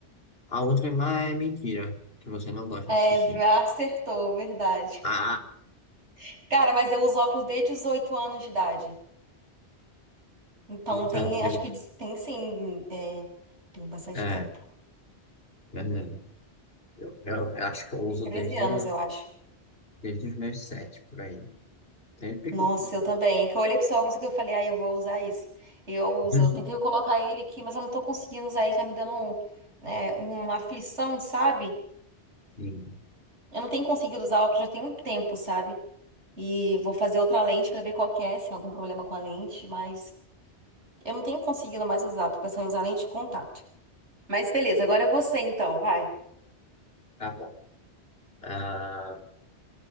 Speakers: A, on the left; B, on the right.
A: a outra é mais é mentira, que você não gosta
B: É,
A: de sushi.
B: acertou, verdade.
A: Ah,
B: <laughs> Cara, mas eu uso óculos desde os 8 anos de idade. Então
A: então,
B: tem,
A: eu,
B: acho que diz- tem sim, é, tem bastante
A: é,
B: tempo.
A: verdade. Eu, eu, eu acho que eu uso
B: Tem 13
A: desde,
B: anos, eu acho.
A: desde os meus sete, por aí. Sempre
B: Nossa,
A: pequenininho.
B: eu também. É que eu olhei pro seu óculos e que eu falei, ah, eu vou usar isso. Eu uso,
A: <laughs>
B: eu tentei colocar ele aqui, mas eu não tô conseguindo usar ele, tá me dando, né, uma aflição, sabe?
A: Sim,
B: Eu não tenho conseguido usar óculos já tem um tempo, sabe? E vou fazer outra lente pra ver qual que é, se há algum problema com a lente, mas eu não tenho conseguido mais usar, tô pensando em usar lente de contato. Mas beleza, agora é você então, vai.
A: tá bom. Ah,